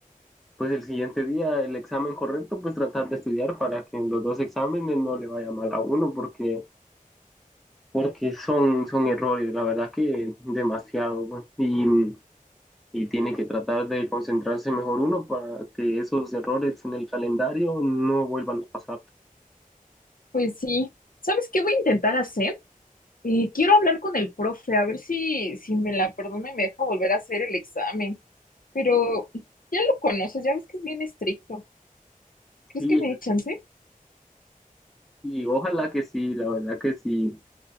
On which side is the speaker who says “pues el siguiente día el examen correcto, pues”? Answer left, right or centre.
Centre